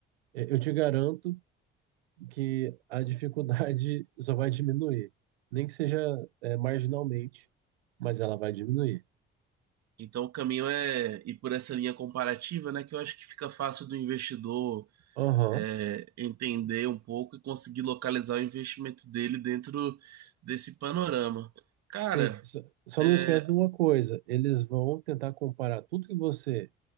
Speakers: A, on the right; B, on the right.
A: é, Eu te garanto que a dificuldade <laughs> só vai diminuir. Nem que seja, é, marginalmente, mas ela vai diminuir.
B: Então o caminho é ir por essa linha comparativa, né? Que eu acho que fica fácil do investidor
A: Aham,
B: é, entender um pouco e conseguir localizar o investimento dele dentro desse panorama. Cara.
A: sim. Só, só
B: é,
A: não esquece de uma coisa: eles vão tentar comparar tudo que você